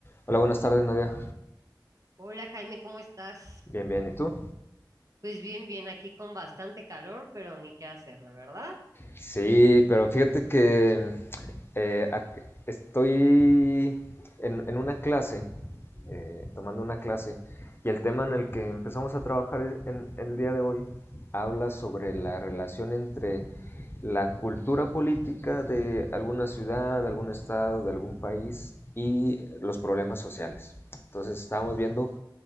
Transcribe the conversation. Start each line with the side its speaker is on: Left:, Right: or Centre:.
Left: Hola, buenas tardes, Nadia.
Right: Hola Jaime, ¿cómo estás?
Left: Bien, bien, ¿y tú?
Right: Pues bien, bien, aquí con bastante calor, pero ni qué hacerle, ¿verdad?
Left: Sí, pero fíjate que eh, ac- estoy en, en una clase, eh, tomando una clase, y el tema en el que empezamos a trabajar es- en, en el día de hoy habla sobre la relación entre la cultura política de alguna ciudad, de algún estado, de algún país y los problemas sociales. Entonces estábamos viendo